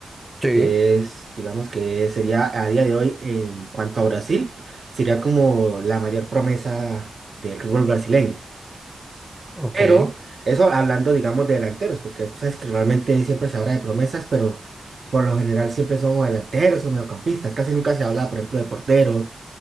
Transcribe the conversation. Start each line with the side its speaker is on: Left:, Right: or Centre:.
Centre: sí,
Right: que es, digamos que sería a día de hoy en cuanto a Brasil, sería como la mayor promesa del fútbol brasileño.
Centre: ok.
Right: Pero
Centre: Eh,
Right: eso hablando, digamos, de delanteros, porque tú sabes que normalmente siempre se habla de promesas, pero por lo general siempre son o delanteros o mediocampistas. Casi nunca se habla, por ejemplo, de porteros,